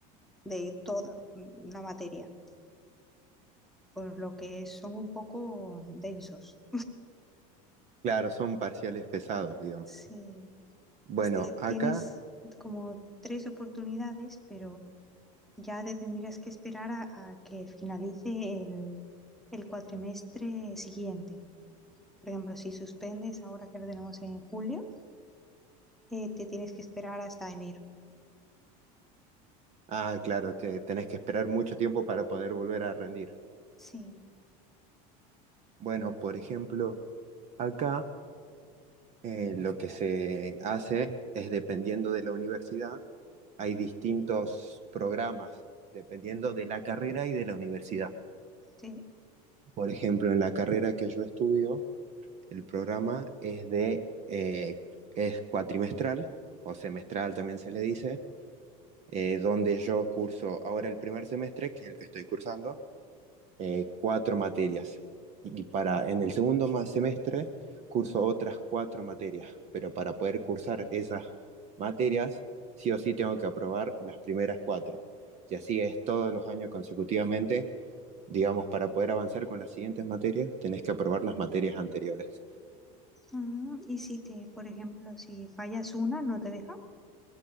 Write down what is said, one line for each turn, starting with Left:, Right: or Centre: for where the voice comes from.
Centre: de toda mm, la materia, por lo que son un poco densos.
Right: Claro, son parciales pesados, digamos.
Centre: Sí,
Right: Bueno,
Centre: este, tienes
Right: acá,
Centre: como tres oportunidades, pero ya te tendrías que esperar a, a que finalice el, el cuatrimestre siguiente. Por ejemplo, si suspendes ahora que lo tenemos en julio, eh, te tienes que esperar hasta enero
Right: ah, claro, te, tenés que esperar mucho tiempo para poder volver a rendir.
Centre: Sí,
Right: Bueno, por ejemplo, acá Eh, lo que se hace es dependiendo de la universidad, hay distintos programas dependiendo de la carrera y de la universidad.
Centre: sí.
Right: Por ejemplo, en la carrera que yo estudio, el programa es de eh, es cuatrimestral o semestral también se le dice, eh, donde yo curso ahora el primer semestre, que es el que estoy cursando, eh, cuatro materias. Y y para en el segundo ma- semestre curso otras cuatro materias, pero para poder cursar esas materias, sí o sí tengo que aprobar las primeras cuatro. Y así es todos los años consecutivamente, digamos, para poder avanzar con las siguientes materias, tenés que aprobar las materias anteriores.
Centre: Mm, y si te, por ejemplo, si fallas una, no te deja.